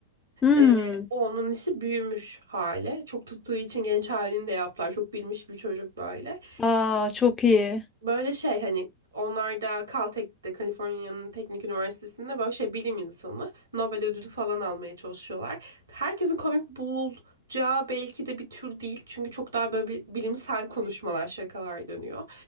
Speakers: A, on the left; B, on the right.
A: Hmm.
B: E, o onun işi büyümüş hali. Çok tuttuğu için genç halini de yaptılar. Çok bilmiş bir çocuk böyle.
A: Aa, çok iyi.
B: Böyle şey hani onlar da Caltech'te, Kaliforniya'nın Teknik Üniversitesi'nde böyle şey bilim insanı Nobel ödülü falan almaya çalışıyorlar. Herkesin komik bulacağı belki de bir tür değil. Çünkü çok daha böyle bir- bilimsel konuşmalar, şakalar dönüyor.